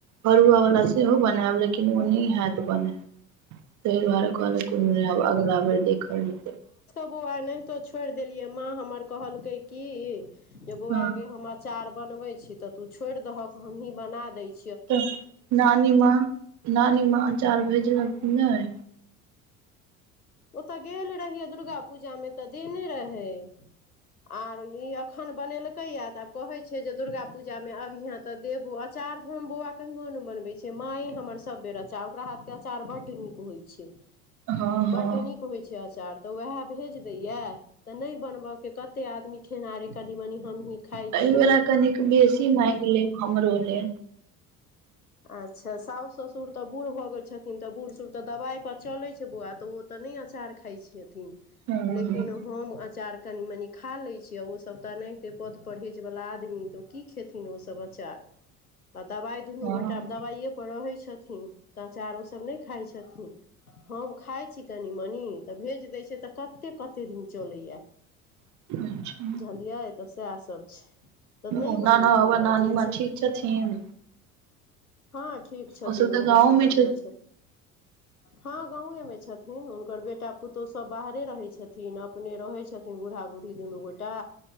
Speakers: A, on the right; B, on the left.
A: फरुआ वाला सेहो बनायब लेकिन कनोनी हैत बना त दुआारे कहलने
B: अच्छा
A: अब अगला बेर देखल जेतै
B: हो आइनाहितो छोड़ि देलियै माँ हमर कहल कहल कय कि बोआ
A: हँ
B: गे हम आचार बनबयी छी तऽ तु छोईड़ दहक हमही बना दै छै
A: तऽ नानी माँ नानी माँ अचार भेजलन की नय
B: ओतय गेल रहियै दुर्गा पूजामे तऽ देने रहै आर ई एखन बनेलकैए तऽ आब कहैत छै जे दुर्गा पूजामे अभि हाँ तऽ देबू अ अचार हम बौआ कहियो नहि बनबै छियै मायए हमर सब बेर अचार ओकरा हाथके अचार बड्ड नीक होइ छै छी
A: हँ हँ
B: बड्ड नीक होय छै अचार तऽ उएह भेज देयये ते नय बनबय के कते आदमी खेनाहारे कनी मनी हमही खाइ
A: एहि
B: छी
A: बेेरा कनिक बेसी मांईग लेब हमरो ले
B: आ अच्छा साउस ससुर तऽ बूढ़ भऽ गेल छथिन तऽ बूढ़ सूढ़ तऽ दवाइ पर चलै छै बुआ नहि अचार खय छथिन
A: हँ
B: लेकिन
A: हँ
B: हम अचार कनिमनि खा लै छी किए ओ सभ तऽ ओनहिते पथ परहेजवला आदमी तऽ ओ की खेथिन ओ सभ अचार तऽ दबाइ दुनू
A: हँ
B: गोटा दबाइए पर रहै छथिन तऽ अचार ओ सभ नहि खाइ छथिन हम खाय छी कनिमनी तऽ भेज दै छै तऽ कतेय कतेय दिन चलैया
A: अच्छा
B: बुझलियै तऽ सएह सभ छै तऽ नहि
A: ओ नाना
B: बनेलियै
A: बाबा नानी
B: वएह जे
A: माँ
B: छै
A: ठीक छथिन
B: हँ ठीक छथिन
A: ओसभ
B: ओहो
A: तऽ गाँवमे
B: सभ बढ़िआं छथिन हँ गवयेमे छथिन हुनकर बेटा पुतोह सभ बाहरे रहय छथिन अपने रहय छथिन बूढ़ा बूढ़ी दुनू गोटा